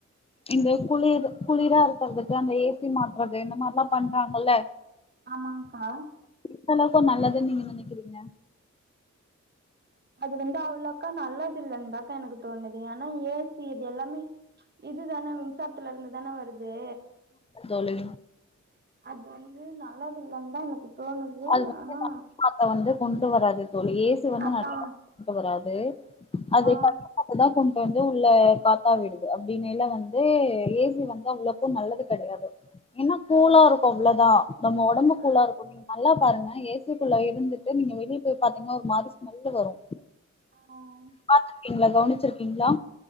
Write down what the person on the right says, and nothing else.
ஆமாங்கா
அது வந்து அவ்ளோக்கா நல்லது இல்லன்னுதாகா எனக்கு தோணுது ஏனா ஏசி இது எல்லாமே இதுதானே மின்சாரத்துல இருந்து தானே வரு து
அது வந்து நல்லது இல்லனு தா எனக்கு தோணுது
ஆனா
அதா
ஆ
ஆ
ஆஹ்